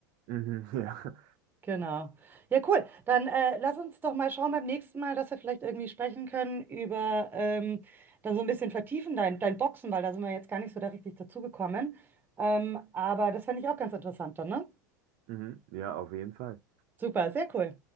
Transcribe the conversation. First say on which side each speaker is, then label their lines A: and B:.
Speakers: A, on the right; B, on the right.
A: Mhm, <laughs> ja.
B: Genau. Ja, cool. Dann äh, lass uns doch mal schauen beim nächsten Mal, dass wir vielleicht irgendwie sprechen können über ähm, dann so ein bisschen vertiefen dein, dein Boxen, weil da sind wir jetzt gar nicht so da richtig dazugekommen. Ähm, aber das fände ich auch ganz interessant dann, ne?
A: Mhm, ja, auf jeden Fall.
B: Super, sehr cool.